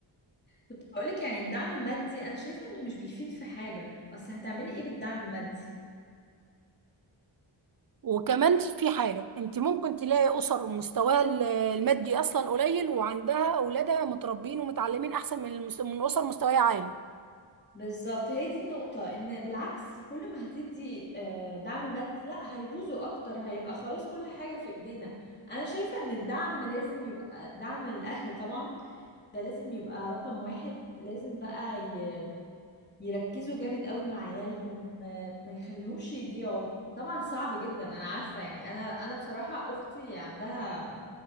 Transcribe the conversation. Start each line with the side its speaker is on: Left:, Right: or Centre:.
Left: كنت هقولك يعني الدعم المادي أنا شايفة إنه مش بيفيد في حاجة أصل هتعملي إيه بالدعم المادي
Right: وكمان في حاجة انت ممكن تلاقي اسر مستواها ال- المادي اصلا قليل وعندها اولادها متربين ومتعلمين احسن من المس... من اسر مستواها عالي
Left: بالظبط هي دي النقطة إن بالعكس كل ما هتدي آه، دعم مادي لا هيبوظوا أكتر هيبقى خلاص كل حاجة في إيدينا أنا شايفة إن الدعم لازم يبقى دعم الأهل طبعا ده لازم يبقى رقم واحد لازم بقى ي... يركزوا جامد قوي مع عيالهم آه، ما يخليهمش يضيعوا طبعا صعب جدا انا عارفة يعني انا انا بصراحة اختي عندها